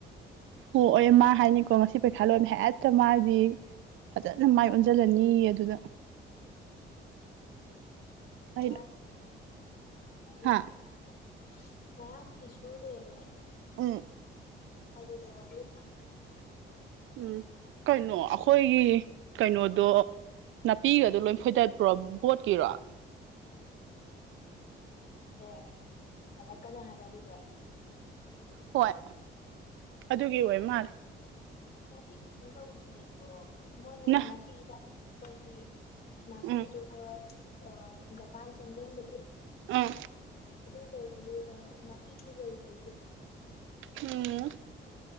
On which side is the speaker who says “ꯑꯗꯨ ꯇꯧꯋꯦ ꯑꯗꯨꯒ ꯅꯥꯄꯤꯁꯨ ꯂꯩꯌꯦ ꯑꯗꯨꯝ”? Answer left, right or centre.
Left